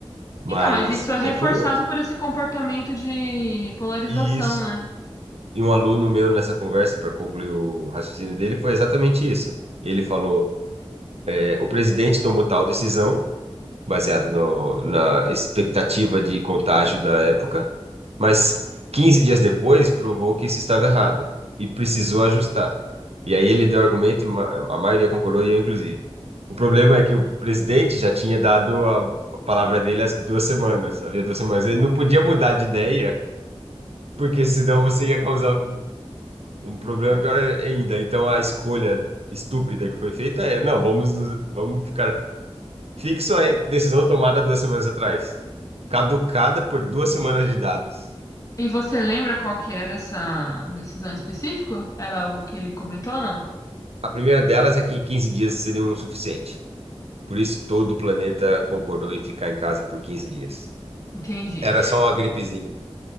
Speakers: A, on the right; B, on the left.
A: Mas
B: Então, mas isso é reforçado
A: é curioso.
B: por esse comportamento de polarização,
A: Isso.
B: né?
A: E um aluno meu nessa conversa, para concluir o raciocínio dele, foi exatamente isso. Ele falou: é, o presidente tomou tal decisão, baseado no- na expectativa de contágio da época. Mas 15 dias depois provou que isso estava errado e precisou ajustar. E aí ele deu argumento, ma- a maioria concordou e eu inclusive. O problema é que o presidente já tinha dado a a palavra dele há duas semanas, havia duas semanas. Ele não podia mudar de ideia, porque senão você ia causar um problema
B: Sim.
A: pior ainda. Então a escolha estúpida que foi feita é, não, vamos nos- vamos ficar fixo à decisão tomada duas semanas atrás, caducada por duas semanas de dados.
B: E você lembra qual que era essa decisão específica? Era algo que ele comentou ou não?
A: A primeira delas é que 15 dias seriam o suficiente. Por isso, todo o planeta concordou em ficar em casa por 15 dias.
B: Entendi.
A: Era só uma gripezinha,